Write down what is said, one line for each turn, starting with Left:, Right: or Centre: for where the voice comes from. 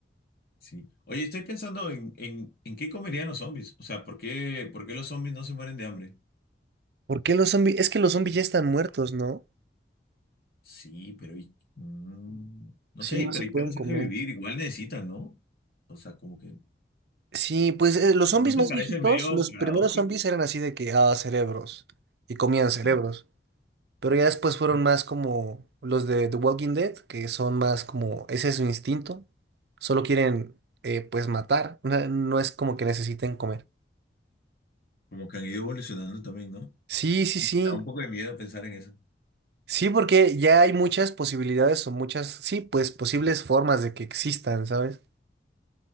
Left: Sí. Oye, estoy pensando en, en, en qué comerían los zombies. O sea, ¿por qué, por qué los zombies no se mueren de hambre?
Right: ¿Por qué los zombies? Es que los zombies ya están muertos, ¿no?
Left: Sí, pero y- mm, no
Right: Sí,
Left: sé,
Right: no
Left: pero
Right: se pueden
Left: ¿y qué les
Right: comer.
Left: hace vivir? Igual necesitan, ¿no? O sea, como que
Right: Sí, pues eh, los
Left: ¿no
Right: zombies
Left: no te
Right: más
Left: parece
Right: <laughs> viejitos,
Left: medio
Right: los
Left: paradójico?
Right: primeros zombies eran así de que, ah, cerebros, y comían cerebros,
Left: Sí.
Right: pero ya después fueron más como los de The Walking Dead, que son más como, ese es su instinto, solo quieren, eh, pues, matar, no, no es como que necesiten comer.
Left: Como que han ido evolucionando también, ¿no?
Right: Sí, sí,
Left: Da
Right: sí,
Left: un poco de miedo pensar en eso.
Right: sí, porque ya hay muchas posibilidades o muchas, sí, pues, posibles formas de que existan, ¿sabes?